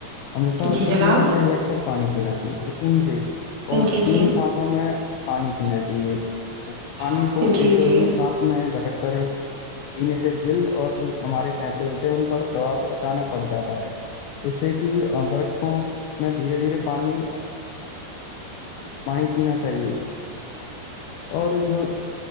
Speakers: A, on the left (about 80°); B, on the right (about 50°).
A: ہمیشہ
B: جی
A: سکون
B: جناب
A: سے بیٹھ کر پانی پینا چاہیے س ان سے اور
B: جی جی
A: تین سانسوں میں پانی پینا چاہیے پانی
B: جی
A: کو ایک
B: جی
A: ہی سانس میں گٹک کر پینے سے دل اور جو ہمارے پھیپھڑے ہوتے ہیں ان پر دباؤ اچانک پڑ جاتا ہے اس سے کہ برقوں میں دھیرے دھیرے پانی پانی پینا چاہیے اور جو